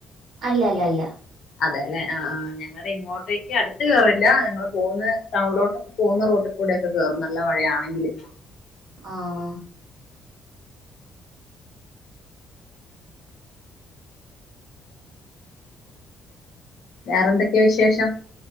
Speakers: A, on the right; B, on the left.
A: അല്ലെ ല്ലെ ല്ലാ
B: അതേലേ ആഹ് ആ ഞങ്ങളെ ഇങ്ങോട്ടേക്ക് അട്ത്ത് കേറേല്ല ഞങ്ങള് പോക്കുന്നെ ടൗൺലോട്ടൊക്കെ പോകുന്ന റോട്ട്ക്ക് കൂടെയൊക്കെ കേറും നല്ലെ മഴെയാണെങ്കില്
A: ആഹ് ഹാ
B: വേറെ എന്തൊക്കെ വിശേഷം